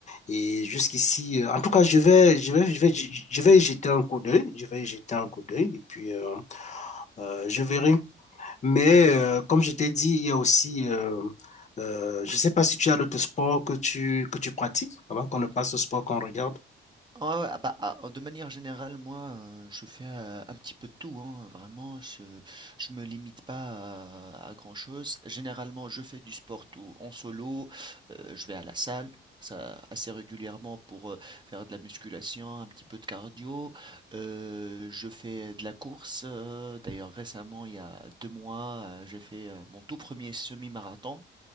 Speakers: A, on the left (about 35°); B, on the right (about 20°).
A: Et jusqu'ici, euh, en tout cas, je vais, je vais, je vais, je vais y jeter un coup d'œil. Je vais y jeter un coup d'œil et puis euh, euh, je verrai. Mais
B: Ouais.
A: euh, comme je t'ai dit, il y a aussi, euh, euh, je ne sais pas si tu as d'autres sports que tu, que tu pratiques avant qu'on ne passe au sport qu'on regarde.
B: Ah ouais, ah bah, ah, de manière générale, moi, euh, je fais euh, un petit peu de tout, hein, vraiment, je, je me limite pas à, à grand-chose. Généralement, je fais du sport tout en solo, euh, je vais à la salle, ça assez régulièrement pour euh, faire de la musculation, un petit peu de cardio. Euh, je fais de la course, euh, d'ailleurs récemment, il y a deux mois, euh, j'ai fait euh, mon tout premier semi-marathon.